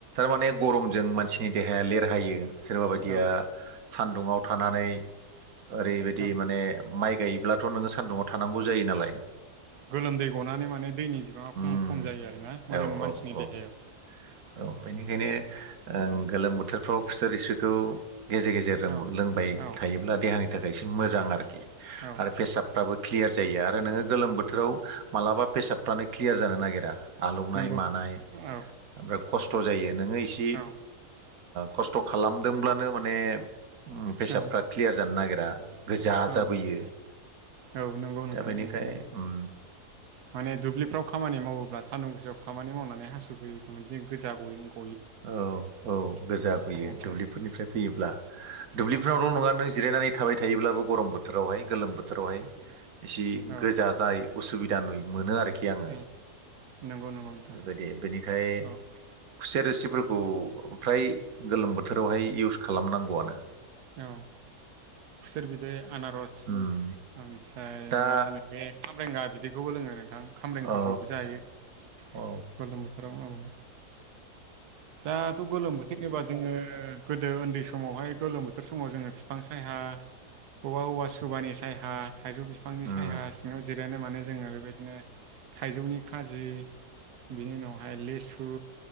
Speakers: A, on the right; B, on the right.
A: माने गरमजों मानसिनि देहाया लेरहायो सोरबा बायदिया
B: औ औ
A: सान्दुङाव थानानै ओरैबायदि
B: औ
A: माने माइ गायोब्लाथ' नोङो सान्दुङआव नांगौ जायो नालाय।
B: गोलोमदै गनानै माने दैनि बिबाङा
A: उम
B: खम खम जायो आरोना मोदोम
A: औ
B: मानसिनि
A: औ
B: देहायाव।
A: औ औ बेनिखायनो गोलोम बोथोरफ्राव खुसेर रिसुखौ गेजेर गेजेर
B: औ
A: लोंबाय
B: औ
A: थायोब्ला देहानि थाखाय एसे मोजां आरोखि
B: औ
A: आरो फेसाबफ्राबो क्लियार जायो आरो नोङो गोलोम बोथोराव मालाबा फेसाबफ्रानो क्लियार जानो नागिरा। आलौनाय
B: नंगौ
A: मानाय
B: औ
A: ओमफ्राय खस्थ' जायो नोङो इसे
B: औ
A: खस्थ' खालामदोंब्लानो माने पेसाबफ्रा
B: औ
A: क्लियार जानो नागिरा गोजा
B: औ
A: जाबोयो।
B: औ नंगौ नोंथां
A: दा बेनिखाय
B: उम
A: उम।
B: माने दुब्लिफ्राव खामानि मावोब्ला सान्दुं गोसोआव खामानि मावनानै हासु फैयोब्ला गोजा गयो नंगौ।
A: औ औ गोजा गैयो
B: समाव जायो
A: दुब्लिफोरनिफ्राय फैयोब्ला दुब्लिफोरावल'
B: औ
A: नङा नों जिरायनानै थाबाय थायोब्लाबो गरम बोथोरावहाय गोलोम बोथोरावहाय एसे
B: औ
A: गोजा जाय उसुबिदा नुयो मोनो आरोखि। खि आङो
B: उम नंगौ नंगौ नोंथां
A: बेबायदि बेनिखाय
B: औ
A: खुसेर रोसि खौ फ्राय गोलोम बोथोरावहाय इउस खालामनांगौआनो।
B: औ खुसेर बिदै। आनारस
A: उम
B: ओमफ्राय
A: दा
B: मा होनो बे खाम्रेंगा बिदिखौबो लोङो नोंथां। खाम्रेंखाखौबो
A: औ
B: जायो गोलोम
A: औ
B: बोथोराव औ। दाथ' गोलोम बोथोर होनबा जोङो गोदो उन्दै समावहाय गोलोम बोथोर बोथोर समाव जोङो बिफां सायहा बबेबा औवा सुबानि साय हा थाइजौ बिफांनि
A: उम
B: साय हा सिङाव जिरायनो माने जोङो बेबायदिनो थाइजौनि खाजि बिनि उनावहाय लिसु